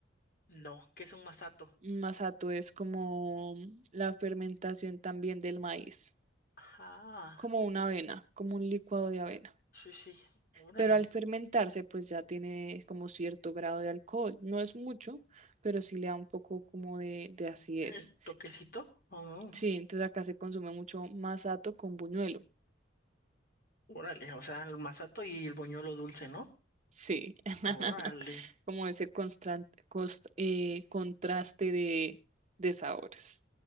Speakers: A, on the left; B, on the right.
A: No, que es un masato.
B: Un masato es como la fermentación también del maíz.
A: Ajá.
B: como una avena, como un licuado de avena.
A: Sí, sí. Órale.
B: Pero al fermentarse, pues ya tiene como cierto grado de alcohol. No es mucho, pero sí le da un poco como de, de acidez.
A: Eh, ¿Toquecito? Oh.
B: Sí, entonces acá se consume mucho masato con buñuelo.
A: Órale, o sea, el masato y el boñuelo dulce, ¿no?
B: Sí, <laughs>
A: Órale.
B: como ese constan- cost- eh, contraste de, de sabores.